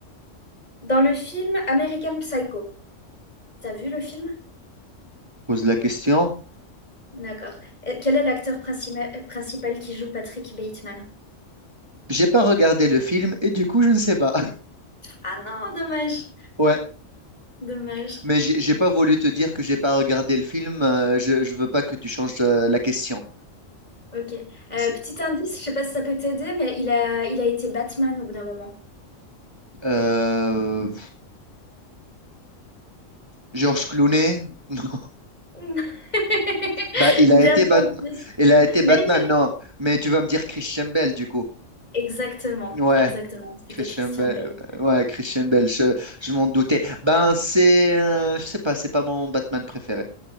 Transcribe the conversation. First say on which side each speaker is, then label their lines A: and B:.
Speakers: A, on the left; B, on the right.
A: Dans le film American Psycho, t'as vu le film?
B: Pose la question.
A: D'accord. Euh, Quel est l'acteur princima- euh, principal qui joue Patrick Bateman?
B: J'ai pas regardé le film et du coup je ne sais pas. <laughs>
A: Ah non, dommage.
B: Ouais,
A: Dommage.
B: mais j'ai j'ai pas voulu te dire que j'ai pas regardé le film. euh, je, je veux pas que tu changes euh, la question.
A: Ok. Euh,
B: C'est-
A: petit indice, je sais pas si ça peut t'aider, mais il a, il a été Batman au bout d'un moment.
B: Euh, Georges Clooney? <laughs> Non.
A: <laughs>
B: Bah il
A: Bien
B: a été
A: tenté.
B: Batman. Il a été
A: Il
B: Batman,
A: a été...
B: non. Mais tu vas me dire Christian Bale du coup.
A: Exactement,
B: Ouais.
A: exactement. C'était
B: Christian
A: Christian
B: Bale,
A: Bale.
B: euh, ouais, Christian Bale, je, je m'en doutais. Ben, c'est, euh, je sais pas, c'est pas mon Batman préféré.